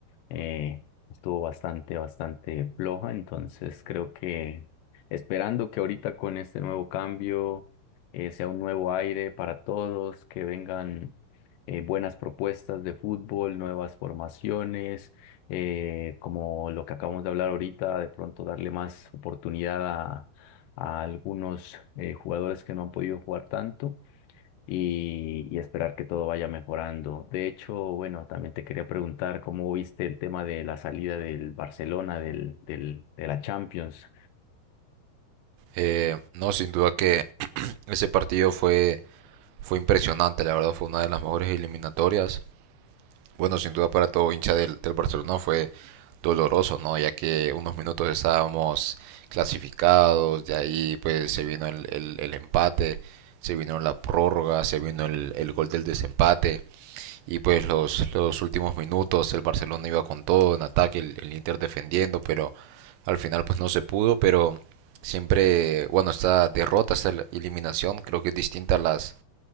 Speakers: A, on the left (about 80°); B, on the right (about 90°).
A: eh, estuvo bastante, bastante floja, entonces creo que esperando que ahorita con este nuevo cambio eh, sea un nuevo aire para todos, que vengan eh, buenas propuestas de fútbol, nuevas formaciones, eh, como lo que acabamos de hablar ahorita, de pronto darle más oportunidad a, a algunos eh, jugadores que no han podido jugar tanto y, y esperar que todo vaya mejorando. De hecho, bueno, también te quería preguntar cómo viste el tema de la salida del Barcelona del, del, de la Champions
B: Eh, no, sin duda que ese partido fue, fue impresionante, la verdad fue una de las mejores eliminatorias bueno, sin duda para todo hincha del, del Barcelona fue doloroso, ¿no? Ya que unos minutos estábamos clasificados, de ahí pues se vino el, el, el empate, se vino la prórroga, se vino el, el gol del desempate y pues los, los últimos minutos el Barcelona iba con todo en ataque, el, el Inter defendiendo, pero al final pues no se pudo, pero siempre, bueno, esta derrota, esta eliminación creo que es distinta a las